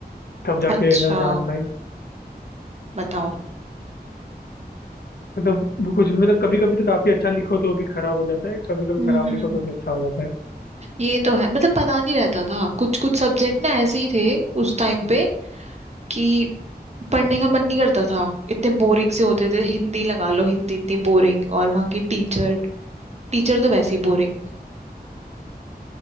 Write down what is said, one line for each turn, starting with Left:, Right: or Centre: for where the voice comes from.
Left: तब जाके
Right: अच्छा
Left: ना जान लाई
Right: बताओ
Left: मतलब वो कुछ मतलब कभी कभी तो काफी अच्छा लिखो तो भी खराब हो जाता है कभी कभी
Right: हम्म
Left: खराब
Right: हम्म
Left: लिखो तो भी अच्छा हो जाता है
Right: ये तो है मतलब पता नहीं रहता था कुछ कुछ सब्जेक्ट ना ऐसे ही थे उस टाइम पे कि पढ़ने का मन नहीं करता था इतने बोरिंग से होते थे हिंदी लगा लो हिंदी इतनी बोरिंग और वहाँ की टीचर टीचर तो वैसे ही बोरिंग